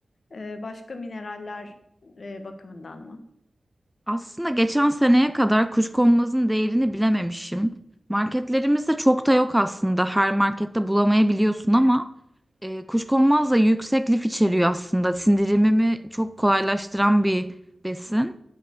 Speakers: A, on the left; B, in the centre.
A: e, başka mineraller e, bakımından mı?
B: Aslında geçen seneye kadar Kuşkonmaz'ın değerini bilememişim. Marketlerimizde çok da yok aslında. Her markette bulamayabiliyorsun ama e, Kuşkonmaz da yüksek lif içeriyor aslında. Sindirimimi çok kolaylaştıran bir besin.